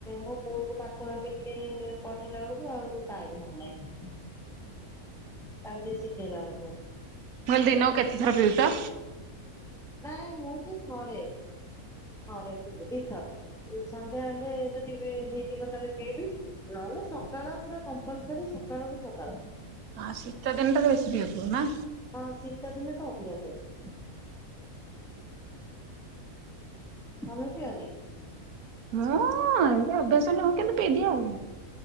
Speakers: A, in the centre; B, on the right (about 80°).
A: ମୋ ପୁଅକୁ ପା ଛୁଆଁ କେ ଟିକେ ପଢେଇଲା ବେଳକୁ ଆଉ ଟାଇମ ହଉନାହିଁ। ତାକୁ ଟିକେ ଶିଖେଇଲା ବେଳକୁ।
B: ମୁଁ କହିଲି ଦିନକୁ କେତେ ଥର ପିଉଚ?
A: ନା ନା ମୁଁ ସେ ଥରେ। ଥରେ ବପିଏ ଦିଇ ଥର ସନ୍ଧ୍ୟା ହେଲେ ଯଦି ହେଇ ଥିବ ତାହେଲେ ପିଇବି ନହେଲେ ସକାଳ ପୁରା କମ୍ପଲସରୀ ସକାଳକୁୁ ସକାଳ।
B: ଆ ଶୀତ ଦିନଟାରେ ବେଶୀ ପିଉଥିବ ନା।
A: ହଁ ଶୀତଦିନେ ତ ଅଧିକା ପିଅନ୍ତି। ତମେ ପିଅନି?
B: ମୁଁ ଏମତି ଅଭ୍ୟାସ ନୁହଁ କିନ୍ତୁ ପିଇଦିଏ ଆଉ।